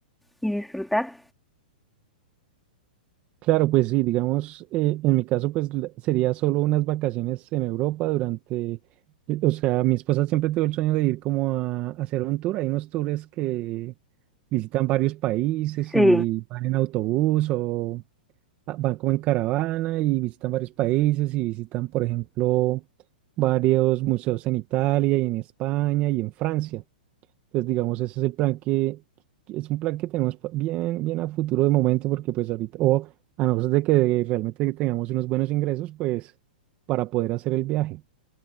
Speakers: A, in the centre; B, on the right.
A: y disfrutar.
B: Claro, pues sí, digamos, eh, en mi caso, pues la- sería solo unas vacaciones en Europa durante, eh, o sea, mi esposa siempre tuvo el sueño de ir como a, a hacer un tour. Hay unos tours que visitan varios países
A: Sí,
B: y van en autobús o ah, van como en caravana y visitan varios países y visitan, por ejemplo, varios museos en Italia y en España y en Francia. Entonces, digamos, ese es el plan que, que es un plan que tenemos pa- bien, bien a futuro de momento, porque pues ahorita, o a no ser de que realmente tengamos unos buenos ingresos, pues para poder hacer el viaje.